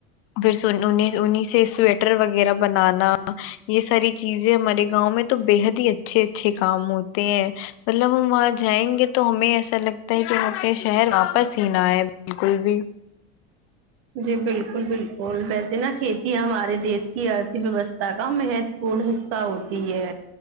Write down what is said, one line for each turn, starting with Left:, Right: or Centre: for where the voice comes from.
Left: پھر سن انہیں انہیں سے سویٹر وغیرہ بنانا یے ساری چیزیں ہمارے گاؤں میں تو بےحد ہی اچھے اچھے کام ہوتے ہیں مطلب ہم وہاں جائیں گے تو ہمیں ایسا ایسا لگتا ہے کی ہم اپنے شہر واپس ہی نہ آئے بالکل بھی
Right: جی بالکل بالکل ویسے نا کھیتی ہمارے دیش کی ارتھ ویوستھا کا مہت پون حصہ ہوتی ہے